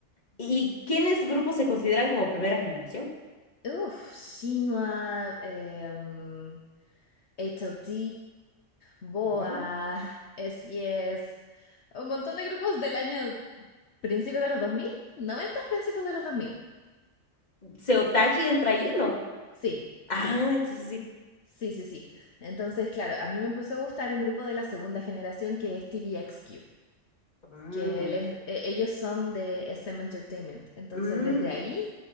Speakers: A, on the left; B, on the left.
A: ¿Y quiénes grupos se consideran como primera generación?
B: Uf, Shinhwa, em, HOT, BoA,
A: Ujú.
B: SES, un montón de grupos del año principios de los 2000, 90 principios de los 2000.
A: ¿Seotaji entra allí? No.
B: Sí,
A: Ah,
B: sí.
A: sí, sí, sí.
B: Sí, sí, sí. Entonces, claro, a mí me empezó a gustar un grupo de la segunda generación que es TVXQ,
A: Mm,
B: que
A: no.
B: él es- e- ellos son de SM Entertainment. Entonces,
A: Mm,
B: desde ahí